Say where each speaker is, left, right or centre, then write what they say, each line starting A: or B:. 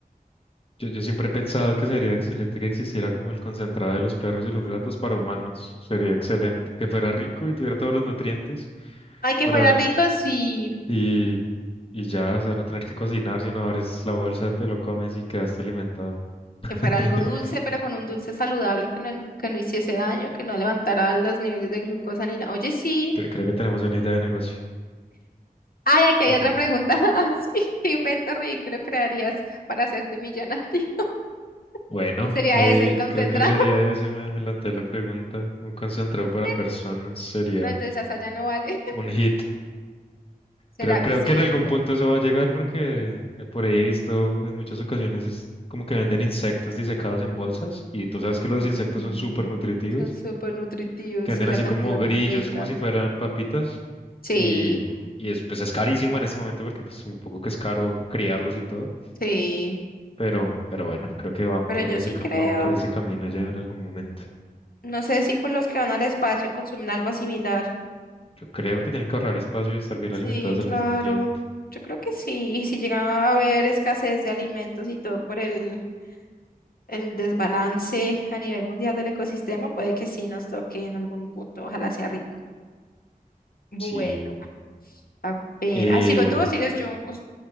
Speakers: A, on the left; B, on the left.
A: Yo, yo siempre he pensado que sería excelente que existiera como el concentrado de los perros y los gatos para humanos. Sería excelente. Que fuera rico y tuviera todos los nutrientes
B: Ay, que
A: para...
B: fuera rico, sí,
A: Y, y ya, o sea, no tener que cocinar, sino abres la bolsa, te lo comes y quedaste alimentado. <laughs>
B: que fuera algo dulce, pero con un dulce saludable que no, que no hiciese daño, que no levantara los niveles de glucosa ni nada. Oye, sí.
A: Cre- Creo, que tenemos una idea de negocio.
B: Ay, aquí
A: <laughs>
B: hay otra pregunta <laughs> más. ¿Qué invento ridículo crearías para hacerte millonario?
A: Bueno,
B: <laughs> ¿Sería
A: ahí
B: ese el concentrado?
A: creo que sería eso, me adelanté a la pregunta. Un concentrado para
B: <laughs>
A: personas sería
B: No, entonces esa ya no vale.
A: un hit.
B: <laughs> ¿Será
A: Creo, creo
B: que sí?
A: que en algún punto eso va a llegar porque eh, por ahí he visto en muchas ocasiones es como que venden insectos disecados en bolsas y tú
B: Uy,
A: sabes que los insectos
B: sí.
A: son súper nutritivos,
B: Son súper nutritivos
A: que venden
B: sí la
A: así
B: cantidad
A: como grillos,
B: proteica.
A: como si fueran papitas
B: Sí,
A: y, y es, pues es carísimo en este momento porque pues un poco que es caro criarlos y todo,
B: sí.
A: pero, pero bueno, creo que van
B: Pero
A: por
B: yo
A: ese,
B: sí
A: cam-
B: creo.
A: van por ese camino ya en algún momento.
B: No sé si con los que van al espacio consumen algo similar.
A: Yo creo que tienen que ahorrar espacio y estar bien
B: Sí,
A: alimentados al
B: claro.
A: mismo tiempo.
B: Yo creo que sí. Y si llegaba a haber escasez de alimentos y todo por el, el desbalance a nivel mundial del ecosistema, puede que sí nos toque en algún punto. Ojalá sea rico. Bueno,
A: Sí.
B: a ver.
A: Eh,
B: Ah, ¿sigo tú o sigues yo? O s-